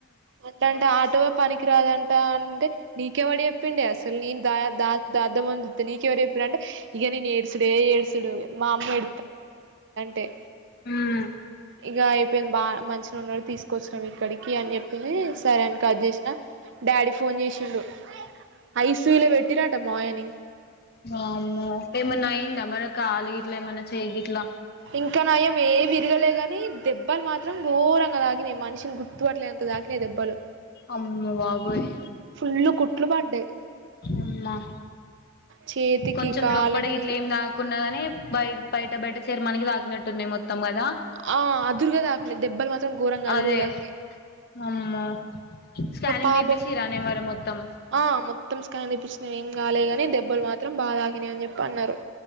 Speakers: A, on the right; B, on the left.
A: అంట అంటే ఆటో పనికి రాదంట అంటే నీకెవడి చెప్పిండి అసలు నీను దాద్దమ నీకెవడ చెప్పినంటే ఇక న ఏడ్ ఏడుసుడే ఏడుసుడు మా అమ్మ <unintelligible>
B: అ
A: ఇగ అయిపోయింది బాగా మంచిన ఉన్నాడు తీసుకొచ్చి <unintelligible> ఇక్కడికి అని చెప్పింది సరే అనికి కది చేసిన డాడీ ఫోన్ చేసిండు ఐ సూ <unintelligible> పెట్టినట మామయ్య ని
B: వామ్మో ఏమన్నా అయిందా మరి కాలు గిట్ల ఏమన్నా చెయ్యి గిట్ల
A: ఇంకా <unintelligible> విరగలేగానీ దెబ్బలు మాత్రం ఘోరంగా తాగినయి మనిషిని గుర్తుపట్లే <unintelligible> దెబ్బలు
B: అమ్మ బాబోయ్
A: ఫుల్ కుట్లు పడ్డాయి
B: <unintelligible>
A: చేతికి
B: కొంచెం
A: కాలికి
B: లోపడి ఇట్ల ఏమి తాకున్నాగాని బయ బయట బయట శరమానికి తాకినట్టున్నాయి మొత్తం కద
A: ఆ అదురుగ దాకినాయి దెబ్బలు మాత్రం ఘోరంగ అదురుగు
B: అదే
A: దాకినాయి
B: అమ్మో స్కానింగ్
A: పాపం
B: <unintelligible> చరానే మరి మొత్తం
A: ఆ మొత్తం స్కాన్ తెప్పించిన ఏం కాలే గాని దెబ్బలు మాత్రం బా తాకినాయి అని చెప్పి అన్నారు